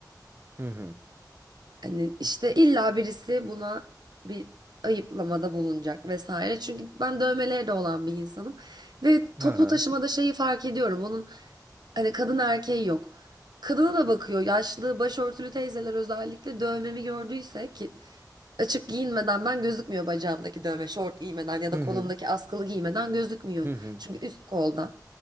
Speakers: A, on the right; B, on the right.
A: Hı hı.
B: Hani işte illa birisi buna bir ayıplamada bulunacak vesaire. Çünkü ben dövmeleri de olan bir insanım. Ve
A: Ha
B: toplu
A: ha.
B: taşımada şeyi fark ediyorum. Bunun hani kadın erkeği yok. Kadına da bakıyor. Yaşlı başörtülü teyzeler özellikle dövmemi gördüyse ki açık giyinmeden ben gözükmüyor bacağımdaki dövme. Şort giymeden ya
A: Hı
B: da kolumdaki
A: hı.
B: askılı giymeden gözükmüyor.
A: Hı hı.
B: Çünkü üst kolda.